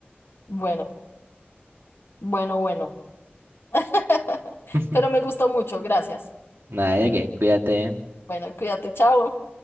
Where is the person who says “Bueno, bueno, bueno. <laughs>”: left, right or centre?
Left